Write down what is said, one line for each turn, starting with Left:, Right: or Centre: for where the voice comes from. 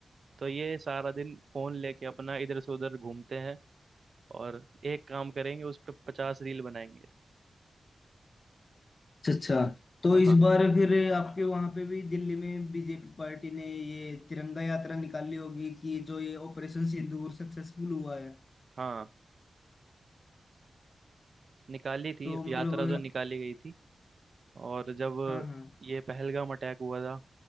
Right: तो ये सारा दिन फोन लेके अपना इधर से उधर घूमते हैं और एक काम करेंगे उस पर पचास रील बनाएंगे
Left: अच्छा अच्छा तो
Right: हाँ
Left: इस
Right: हाँ
Left: बार फिर आपके वहां पे भी दिल्ली में बीजेपी पार्टी ने ये तिरंगा यात्रा निकाली होगी कि जो ये ऑपरेशन सिंदूर सक्सेसफुल हुआ है
Right: हाँ निकाली थी
Left: तो मतलब
Right: यात्रा तो निकाली गई थी और जब
Left: हाँ हाँ
Right: ये पहलगाम अटैक हुआ था